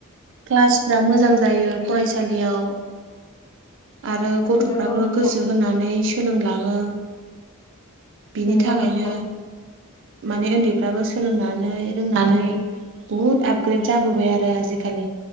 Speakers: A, on the right; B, on the left.
A: क्लासफ्रा मोजां जायो फरायसालियाव आरो गथ'फ्राबो
B: नंगौ नोंथां
A: गोसो होनानै सोलोंलाङो बिनि
B: नंगौ
A: थाखायनो
B: नोंथां
A: माने उन्दैफ्राबो सोलोंनानै रोंनानै बुहुत आपग्रेद जाबोबाय आरो आजिखालि